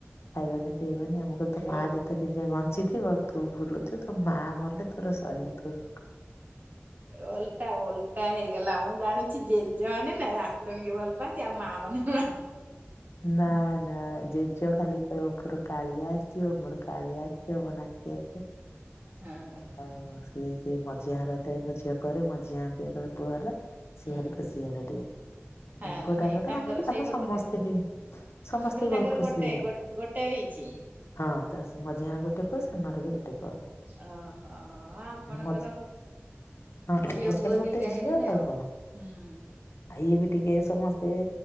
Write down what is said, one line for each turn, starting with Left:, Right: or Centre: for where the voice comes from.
Left: ଖାଇବନି ପିବନି ଆମକୁ ତୋର ତ ମା
Right: ଓ
Left: ଯେତେ ଦିନ ଯାଏ ବଞ୍ଚିଥିବ ତୁ ବୁଲୁଥିବୁ ତୋ ମା ମଲେ ତୋର ସରିବ ତୋ
Right: ଓଲ୍ଟା ଓଲ୍ଟା ହେଇଗଲା ମୁଁ ଜାଣିଛି ଜେଜ ମାନେ ନାତୁଣୀ କି ଭଲ୍ ପାନ୍ତି ଆଉ ମା ମାନେ ନା
Left: ନା ନା ଜେଜ ଖାଲି କଇବ ପୁରୁ କାଳିଆ ଆସିବ ମୋର କାଳିଆ ଆସିବ ମୋ ନାତି ଆସିବ।
Right: ହଁ।
Left: ଆଉ ସିଏ ସେଇ ମଝିଆଁର ତାଏ ମୋ ଝିଅ ପରେ ମଝି ଆନ୍ତିର ପୁଅ ହେଲା। ସେ
Right: ହୁଁ
Left: ଭାରି ଖୁସି ହେଲେ ଟିକେ।
Right: ହଁ
Left: ମୋ ପୁଅଟାର
Right: ନାଇଁ
Left: ତ
Right: ତାଙ୍କର ସେଇ
Left: ଆମେ
Right: ଗୋଟେ
Left: ସମସ୍ତେ ବି ସମସ୍ତେ
Right: ମୁଁ କହିଲି
Left: ବି
Right: ତାଙ୍କର
Left: ବୋହୁତ ଖୁସି
Right: ଗୋଟେ
Left: ହେଲୁ।
Right: ଗୋଟେ ହେଇଚି।
Left: ହଁ ତ ମଝିଆଁର ଗୋଟେ ପୁଅ ସାନରେ ବି ଗୋଟେ ପୁଅ।
Right: ଓହୋ ହ ଆପଣଙ୍କର
Left: ମଝି ହଁ
Right: ଝିଅ
Left: ମୋର
Right: ପୁଅ
Left: ଖାଲି ଗୋଟେ
Right: ଦିଟା
Left: ଝିଅ
Right: ହେଇଗଲେ ଆଉ ହୁଁ।
Left: କଣ। ଆଉ ଇଏ ବି ଟିକେ ସମସ୍ତେ-ଏ